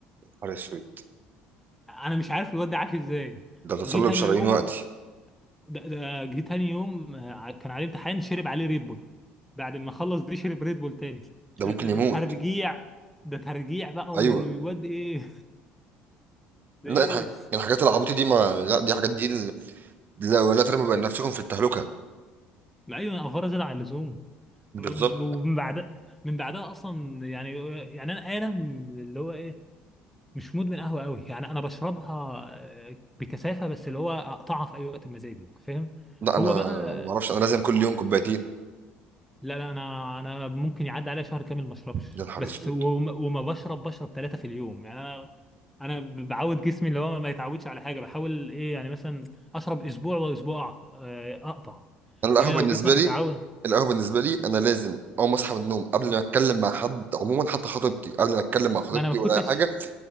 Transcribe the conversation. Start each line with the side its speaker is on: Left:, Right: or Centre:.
Right: نهار اسود
Centre: انا مش عارف الواد ده عاش ازاي
Right: ده تصلب
Centre: جه تاني
Right: شرايين
Centre: يوم
Right: وقتي
Centre: ده ده جه تاني يوم آه، ع- كان عليه امتحان شرب عليه ريد بول بعد ما خلص دي شرب ريد بول تاني
Right: ده
Centre: ال-
Right: ممكن
Centre: ال-
Right: يموت
Centre: ترجيع ده ترجيع بقى
Right: ايوه
Centre: والواد ايه <laughs> ده
Right: لا
Centre: ايه
Right: الحاجات
Centre: ده
Right: الحاجات العبيطة دي ما لا دي حاجات دي ال- لا ولا ترموا بين نفسكم في التهلكة
Centre: ما ايوه افرز على اللزوم
Right: بالظبط
Centre: ومن بعد من بعدها اصلا يعني يعني انا انا اللي هو ايه مش مدمن قهوه قوي يعني انا بشربها آه، بكثافه بس اللي هو اقطعها في اي وقت مزاجي فاهم
Right: لا
Centre: هو
Right: انا
Centre: بقى
Right: أنا ما اعرفش انا لازم كل
Centre: آه،
Right: يوم كوبايتين
Centre: لا لا انا انا ممكن يعدي عليا شهر كامل ما اشربش
Right: يا نهار
Centre: بس
Right: اسود
Centre: وما وما بشرب بشرب ثلاثه في اليوم يعني انا انا بعود جسمي اللي هو ما يتعودش على حاجه بحاول ايه يعني مثلا اشرب اسبوع واسبوع أعط- آه، اقطع
Right: انا القهوة
Centre: لان
Right: بالنسبة
Centre: لو جسمك
Right: لي
Centre: يتعود
Right: القهوة بالنسبة لي انا لازم اول ما اصحى من النوم قبل ما اتكلم مع حد عموما حتى خطيبتي قبل ما اتكلم مع خطيبتي
Centre: ما انا ما كنتش
Right: ولا اي حاجة